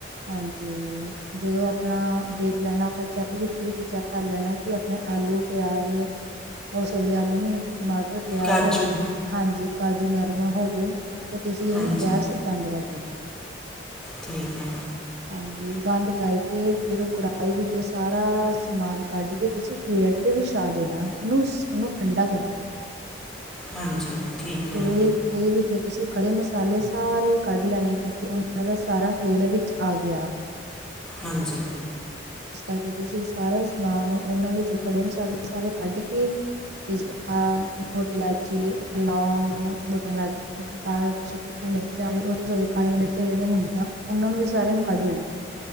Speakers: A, on the right (about 65°); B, in the centre.
A: ਹਾਂਜੀ, ਜਦੋਂ ਆਪਣਾ ਦੇਖ ਲੈਣਾ ਆਪਾਂ ਚੈੱਕ ਵਿਚ-ਵਿਚ ਚੈੱਕ ਕਰ ਲੈਣਾ ਕਿ ਆਪਣੇ ਆਲੂ ਪਿਆਜ, ਓ ਸੋਰੀ ਆਲੂ ਨੀ, ਟਮਾਟਰ ਪਿਆਜ
B: ਕਾਜੂ
A: ਔਰ, ਹਾਂਜੀ ਕਾਜੂ ਨਰਮ ਹੋ ਗਏ ਤੇ ਤੁਸੀਂ
B: ਹਾਂਜੀ
A: ਉਹਨੂੰ ਗੈਸ ਬੰਦ ਕਰ ਦੇਣਾ
B: ਠੀਕ ਹੈ
A: ਹਾਂਜੀ, ਬੰਦ ਕਰਕੇ ਫੇਰ ਉਹ ਕੜਾਹੀ ਵਿੱਚੋ ਸਾਰਾ ਸਮਾਨ ਕੱਢ ਕੇ ਤੁਸੀਂ ਪਲੇਟ ਤੇ ਵਿਛਾ ਦੇਣਾ, ਉਹਨੂੰ-ਉਹਨੂੰ ਠੰਡਾ ਕਰਨਾ
B: ਹਾਂਜੀ ਠੀਕ ਹੈ
A: ਫਿਰ ਉਹੀ ਉਹਦੇ ਵਿੱਚ ਤੁਸੀਂ ਖੜੇ ਮਸਾਲੇ ਸਾਰੇ ਕੱਢ ਲੈਣੇ, ਕਿਉਂਕਿ ਉਹਨਾਂ ਦਾ ਸਾਰਾ ਫਲੇਵਰ ਵਿੱਚ ਆ ਗਿਆ
B: ਹਾਂਜੀ
A: ਇਸ ਕਰਕੇ ਤੁਸੀਂ ਸਾਰਾ ਸਮਾਨ ਉਹਨਾਂ ਵਿੱਚੋਂ ਕੜੇ ਮਸਾਲੇ ਸਾਰੇ ਕੱਢ ਕੇ ਤੇਜ਼ਪਤਾ, ਮੋਟੀ ਇਲਾਇਚੀ, ਲੌਗ, ਮੋਟ ਇਲਾਇਚੀ ਇਕ ਕਾਲੀਆ ਤੇ ਸੁੱਕੀਆਂ ਮਿਰਚਾਂ ਉਸ ਵਲੇ ਕਾਲੀਆਂ ਮਿਰਚਾਂ ਜਿਹੜੀਆਂ ਹੁੰਦੀਆਂ, ਉਹਨਾਂ ਨੂੰ ਵੀ ਸਾਰਿਆਂ ਨੂੰ ਕੱਢ ਲੈਣਾ